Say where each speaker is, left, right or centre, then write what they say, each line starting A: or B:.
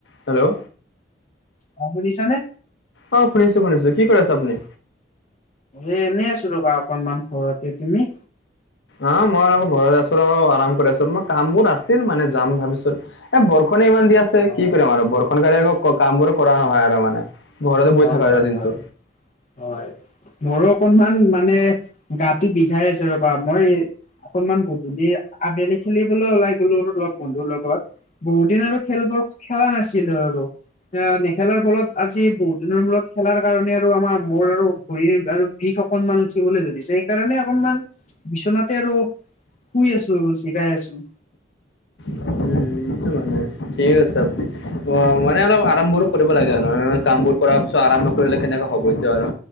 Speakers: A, on the left (about 75°); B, on the left (about 40°).
A: Hello
B: অ শুনিছানে নে
A: অ শুনিছো শুনিছো কি কৰি আছে আপুনি?
B: এ এনেই আছো ৰ'বা অকনমান ঘৰতে তুমি।
A: অ' মই অ ঘৰত আছো আৰু আৰাম কৰি আছো মই কাম বোৰ আছিল মানে যাম ভাবিছোঁ। এ বৰষুণে ইমান দি আছে
B: অ',
A: কি কৰিম আৰু বৰষুণক আকৌ কাম বোৰ কৰা নহয় আৰু মানে। ঘৰতে বহি
B: হয়
A: থকা যায়
B: হয়
A: দিনটো
B: হয়, হয়। মোৰো অকনমান মানে গাটো বিষায় আছে ৰ'বা মই অকনমান গধূলি আবেলি খেলিবলৈ ওলাই গ'লো লগ বন্ধুৰ লগত। বহুত দিন আৰু খেলবোৰ খেলা নাছিলো আৰু এ নেখেলাৰ ফলত আজি বহুত দিনৰ মূৰত খেলাৰ কাৰণে আৰু আমাৰ মূৰ আৰু ভৰিৰ আৰু বিষ অকনমান উঠিবলৈ ধৰিছে সেইকাৰণে অকনমান বিচনাতে আৰু শুই আছো আৰু জিৰাই আছো।
A: উম, এইটো মানে ঠিক আছে অ মানে অলপ আৰাম কৰিব লাগে আৰু কামবোৰ কৰাৰ পিছত আৰাম নকৰিলে কেনেকা হ'ব এতিয়া আৰু